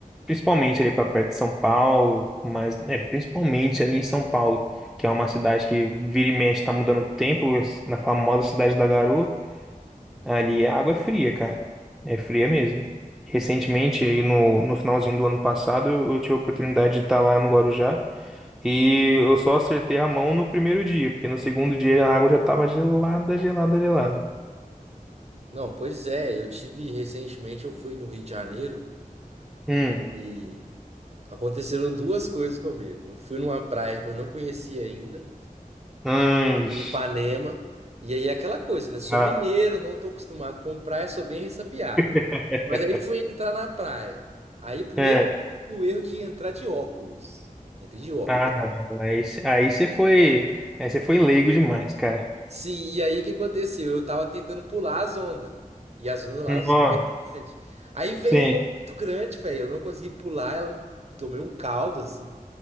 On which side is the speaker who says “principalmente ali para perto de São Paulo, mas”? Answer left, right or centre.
Centre